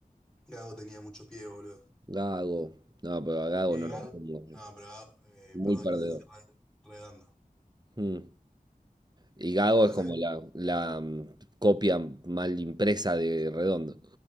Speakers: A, in the centre; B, on the right (about 30°).
A: Gago tenía mucho pie, boludo.
B: Gago. No, pero a Gago
A: Eh,
B: no lo
A: Gago.
B: pongo yo.
A: No, pero Gago, eh,
B: Muy
A: perdón,
B: perdedor.
A: quise decir re- redondo.
B: Mm. Y Gago
A: Pasa
B: es como
A: que.
B: la, la, mm, copia mal impresa de Redondo.